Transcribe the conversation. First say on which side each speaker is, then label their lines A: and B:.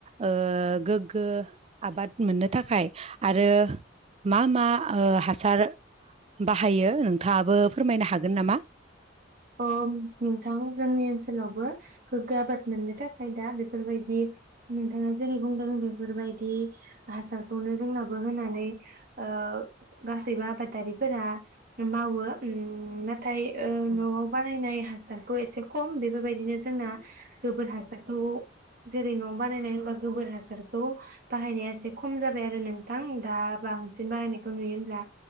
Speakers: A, on the right; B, on the right.
A: ओ गोग्गो आबाद मोननो थाखाय आरो मा मा ओ हासार बाहायो नोंथाङाबो फोरमायनो हागोन नामा?
B: अ नोंथां जोंनि ओनसोलावबो गोग्गो आबाद मोननो थाखाय दा बेफोरबायदि नोंथाङा जेरै बुंदों बेफोरबायदि हासारखौनो जोंनाबो होनानै ओ गासैबो आबादारिफोरा मावो। उम नाथाय ओ
A: उम
B: नआव बायनाय हासारखौ एसे खम बेफोरबायदिनो जोंना गोबोर हासाराखौ जेरै न'आव बानायनाय होनबा गोबोर हासार हासारखौ बाहायनाया एसे खम जाबाय आरो नोंथां दा बांसिन बाहायनायखौ नुयो होनब्ला